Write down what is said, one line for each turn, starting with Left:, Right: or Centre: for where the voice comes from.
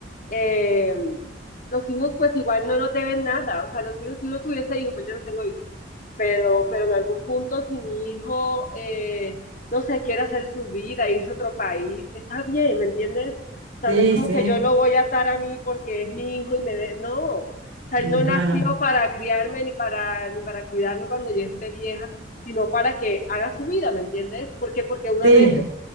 Left: eh, los hijos pues igual no nos deben nada. O sea, los hijos, si uno tuviese hijos, pues yo no tengo hijos, pero, pero en algún punto si mi hijo, eh, no sé, quiere hacer su vida, irse a otro país, está bien, ¿me entiendes? O sea,
Right: Sí,
Left: no es como
Right: sí,
Left: que yo lo voy a atar a mí porque es mi hijo y me de... No, o sea,
Right: mm,
Left: él no nació
Right: claro.
Left: para criarme ni para, ni para cuidarme cuando yo esté vieja, sino para que haga su vida, ¿me entiendes? Porque, porque una
Right: Sí,
Left: vez